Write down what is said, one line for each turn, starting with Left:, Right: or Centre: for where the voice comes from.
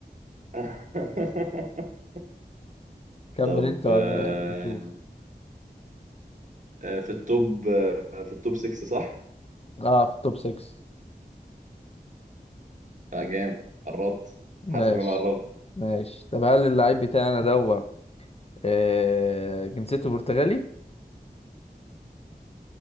Right: <laughs>
Left: كمل
Right: طب
Left: انت وانا
Right: آه،
Left: نشوف
Right: آه، في التوب آه، في التوب 6 صح؟
Left: اه في التوب 6
Right: لا جامد قربت
Left: ماشي
Right: حاسس ان انا قربت
Left: ماشي طب هل اللعيب بتاعي انا دوت آه... جنسيته برتغالي